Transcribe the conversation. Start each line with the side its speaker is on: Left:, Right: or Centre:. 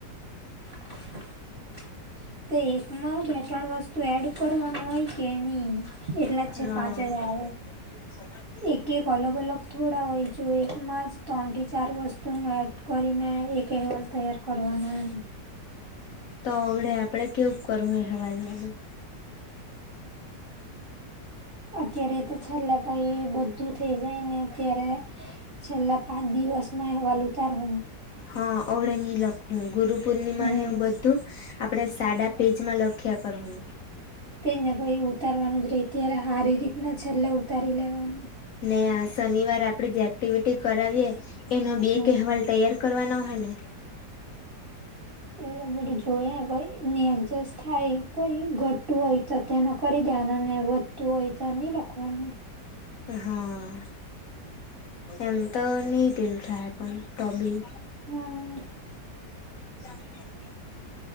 Right: <unintelligible> તો એકમાં બે ત્રણ વસ્તુ એડ કરવાનું હોય કે નહી એટલા જ છે
Left: હા
Right: પાંચ જ આવે.
Left: <inaudible>
Right: એક એક અલગ અલગ થોડા હોય જો એકમાં જ ત્રણ થી ચાર વસ્તુનું એડ કરીને એક અહેવાલ તૈયાર કરવાના.
Left: તો અવડે આપડે કેવું કરવું એહવાલ માં. <inaudible>
Right: અત્યારે તો છેલ્લે ભાઈ બધું થઈ જાય ને ત્યારે છેલ્લા પાંચ દિવસમાં એહવાલ ઉતાર નુ.
Left: હા અવડે નહી લખું ગુરુ પૂર્ણિમા
Right: હમ
Left: ને એવું બધું આપે સાડા પેજમાં લખ્યા કર હુ.
Right: તેજ ને પછી ઉતારવાનું જ રે ત્યારે સારી રીતના છેલ્લે ઉતારી લેવાનું.
Left: ને આ શનિવાર આપડે જે એક્ટિવિટી કરાવીએ એનો બે
Right: હા
Left: એક એહેવાલ તૈયાર કરવાના હોય ને.
Right: એ બધું જોય એડજ થાય કોઈ ઘ ટતું હોય તો તેનું કરી દેવાનું અને વધતું હોય તો નહી લખવાનું.
Left: હા એમ તો ની પેલુ થાય પણ તોબી.
Right: હમ્મ.
Left: મજામાં. <unintelligible>